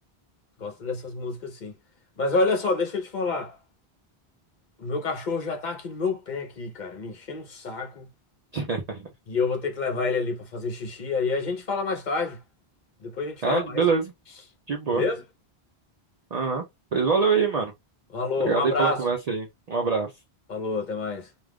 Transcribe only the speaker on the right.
<laughs>
Ah,
beleza. De boa.
Aham. Pois valeu aí, mano.
Obrigado
aí pela conversa aí. Um abraço.